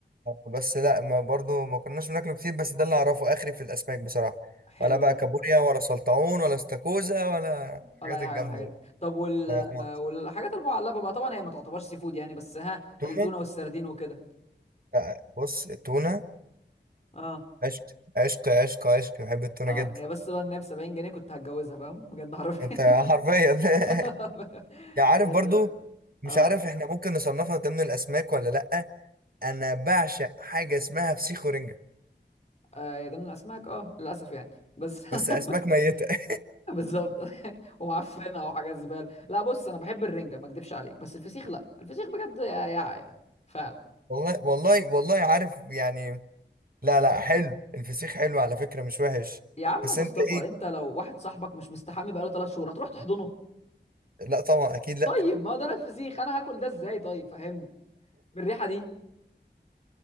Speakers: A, on the right; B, on the left.
A: بس لا ما برضو ما كناش بناكله كتير بس ده اللي اعرفه اخري في الاسماك بصراحه
B: حلو
A: ولا بقى
B: ده
A: كابوريا ولا سلطعون ولا استاكوزا ولا الحاجات
B: ولا اي
A: الجامده
B: حاجه من الحاجات
A: دي
B: دي. طب وال
A: اه خالص
B: آه، والحاجات المعلبه بقى طبعا هي ما تعتبرش سي فود يعني بس ها
A: تونه
B: التونه والسردين وكده
A: لا، بص التونه
B: اه
A: عشق عشق عشق عشق بحب التونه
B: اه
A: جدا
B: هي بس بقى ان هي ب 70 جنيه كنت هتجوزها فاهم بجد حرفيا
A: انت حرفيا <laughs>
B: <laughs>
A: يعني عارف
B: بجد
A: برضو مش
B: اه
A: عارف احنا ممكن نصنفها ضمن الاسماك ولا لا انا بعشق حاجه اسمها فسيخ ورنجه
B: آه، يا ده من الاسماك اه للاسف يعني بس <laughs>
A: بس اسماك ميته <laughs>
B: بالظبط <laughs> ومعفنه وحاجه زباله لا بص انا بحب الرنجه ما اكدبش عليك بس الفسيخ لا الفسيخ بجد يا يا يعني فعلا
A: والله والله والله عارف يعني لا لا حلو الفسيخ حلو على فكرة مش وحش
B: يا عم
A: بس
B: مصطفى
A: انت ايه
B: انت لو واحد صاحبك مش مستحمي بقاله ثلاث شهور هتروح تحضنه
A: لا طبعا اكيد لا
B: طيب ما هو ده نفس فسيخ انا هاكل ده ازاي طيب فهمني بالريحه دي